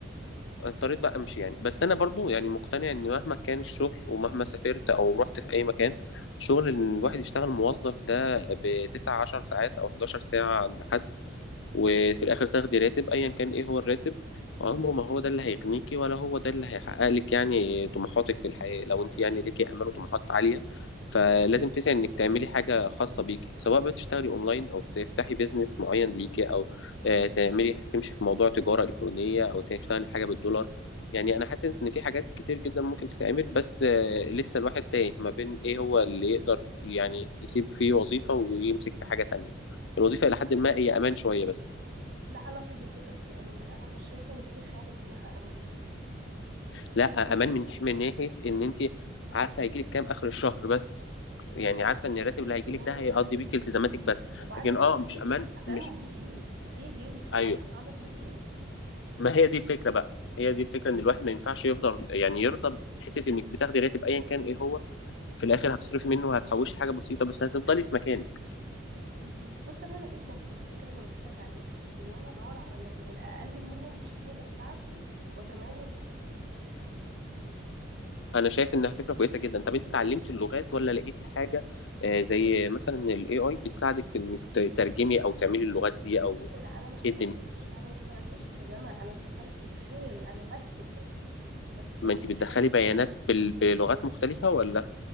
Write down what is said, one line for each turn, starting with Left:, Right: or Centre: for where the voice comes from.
Left: اضطريت بقى امشي يعني بس انا برضو يعني مقتنع ان مهما كان الشغل ومهما سافرت او رحت في اي مكان شغل ان الواحد يشتغل موظف ده بتسعة عشر ساعات او 11 ساعة عند حد وفي الاخر تاخدي راتب ايا كان ايه هو الراتب عمره ما هو ده اللي هيغنيكي ولا هو ده اللي هيحقق لك يعني طموحاتك في الحياة لو انت يعني ليكي امال وطموحات عالية فلازم تسعي انك تعملي حاجة خاصة بيكي سواء بقى تشتغلي اونلاين او تفتحي بيزنس معين ليكي او آه، تعملي تمشي في موضوع تجارة الكترونية او تشتغلي حاجة بالدولار يعني انا حاسس ان في حاجات كتير جدا ممكن تتعمل بس آه، لسه الواحد تايه ما بين ايه هو اللي يقدر يعني يسيب فيه وظيفة ويمسك في حاجة تانية الوظيفة إلى حد ما هي أمان شوية بس
Right: لا انا ضد فكره الامان انا مش شايفه ان في حاجه اسمها امان
Left: لا
Right: ايه امان
Left: امان من من ناحيه ان انت عارفه هيجيلك كام اخر الشهر بس يعني عارفه ان الراتب
Right: ايه
Left: اللي هيجيلك
Right: تمام
Left: ده هيقضي
Right: حلو
Left: بيك التزاماتك بس
Right: وبعد
Left: لكن
Right: ما
Left: اه
Right: هيجيلي
Left: مش امان
Right: هتعمل
Left: مش
Right: بيه ايه اوكي جيلي خلاص
Left: ايوه
Right: هعمل بيه ايه
Left: ما هي دي الفكره بقى هي دي الفكره ان الواحد ما ينفعش يفضل يعني يرضى بحته انك بتاخدي راتب ايا كان ايه هو في الاخر هتصرفي منه وهتحوشي حاجه بسيطه بس هتفضلي في مكانك
Right: مهم. بص انا لقيت نفسي الفكره اللي قلت لك عليها دي ان انا ادور على مجال اقل من الشهاده بتاعتي واتميز فيه
Left: انا شايف انها فكره كويسه جدا طب انت اتعلمتي اللغات ولا لقيتي حاجه آه، زي مثلا الاي اي بتساعدك في انك تترجمي او تعملي اللغات دي او
Right: بص لا انا ما اشتغلتش
Left: ايه الدنيا
Right: انا ما اشتغلتش ترجمه انا دخلت ادخال انا بكتب بس بس برضو
Left: ما انت
Right: دي
Left: بتدخلي
Right: حاجه صعبه
Left: بيانات بال... بلغات مختلفة ولا